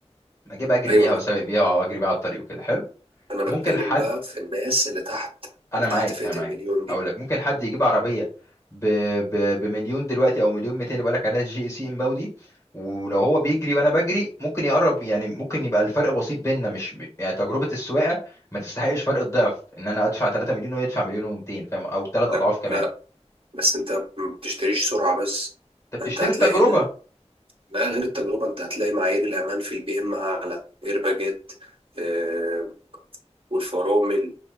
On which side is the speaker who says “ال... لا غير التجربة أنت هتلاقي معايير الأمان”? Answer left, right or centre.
Right